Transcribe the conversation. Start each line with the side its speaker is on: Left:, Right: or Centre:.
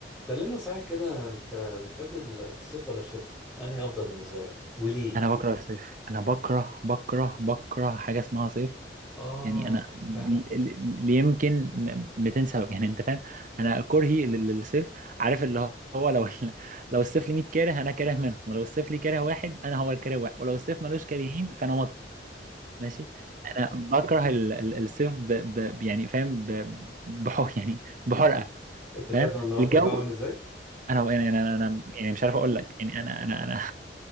Centre: كلمني صحيح كده انت بتحب الصيف ولا الشتاء؟ انهي افضل بالنسبه لك؟ وليه؟
Right: انا بكره الصيف انا بكره بكره بكره حاجه اسمها صيف
Centre: <laughs> آه
Right: يعني انا ل-
Centre: فعلا
Right: ل- يمكن م- 200 سبب يعني انت فاهم انا كرهي لل- للصيف عارف اللي هو لو لو الصيف لي 100 كاره انا كاره منهم ولو الصيف لي كاره واحد انا هو الكاره واحد ولو الصيف ملوش كارهين فانا مط ماشي انا بكره ال- ال- الصيف ب ب يعني فاهم ب بحر يعني بحرقه
Centre: انت شايف
Right: فاهم
Centre: ان النهارده
Right: الجو
Centre: الجو عامل ازاي؟
Right: انا انا انا أنا- يعني مش عارف اقول لك يعني انا انا انا